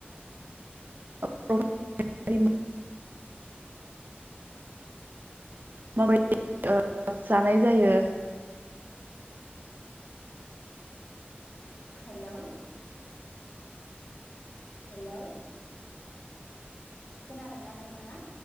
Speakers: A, on the right; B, on the left.
A: <unintelligible> माबायदि जानाय जायो
B: हेलौ हेल' खोनादोंना नोंथाङा